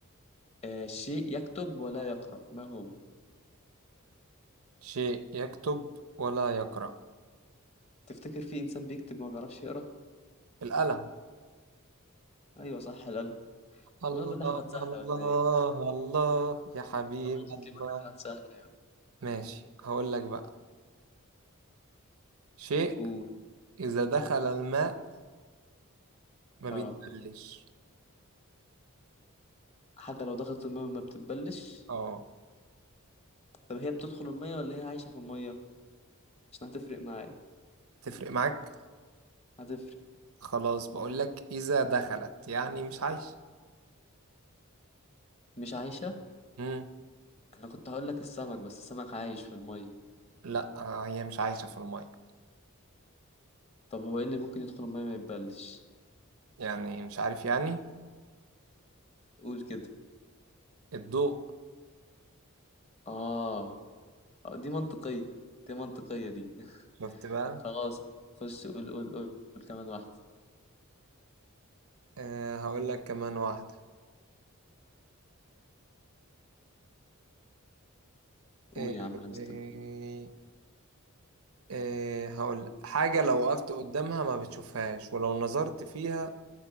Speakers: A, on the left; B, on the right.
A: آه شيء يكتب ولا يقرأ ما هو
B: شيء يكتب ولا يقرأ
A: تفتكر في إنسان بيكتب ما بيعرفش يقرأ
B: القلم
A: أيوة صح القلم
B: الله
A: هو أنا بقول لك حاجات سهلة
B: الله
A: ولا إيه
B: الله يا حبيب
A: والله
B: الله
A: شكلي بقول لك حاجات سهلة يا عم
B: ماشي هقول لك بقى شيء
A: قول
B: إذا دخل الماء ما
A: آه
B: بيتبلش
A: حاجة لو دخلت المية ما بتتبلش
B: اه
A: طب هي بتدخل المية ولا هي عايشة في المية عشان هتفرق معايا
B: هتفرق معاك
A: هتفرق
B: خلاص بقولك اذا دخلت يعني مش عايشة
A: مش عايشة
B: امم
A: أنا كنت هقول لك السمك بس السمك عايش في المية
B: لا آه، هي مش عايشة في المية
A: طب هو إيه اللي ممكن يدخل المية ما يتبلش
B: يعني مش عارف يعني
A: قول كده
B: الضوء
A: آه آه، دي منطقية دي منطقية دي <laughs>
B: شفت بقى
A: خلاص خش قول قول قول قول كمان واحدة
B: أه هقولك كمان واحدة
A: قول
B: أه
A: يا عم انا مستنيك
B: أه أه هقولك حاجة لو وقفت قدامها ما بتشوفهاش ولو نظرت فيها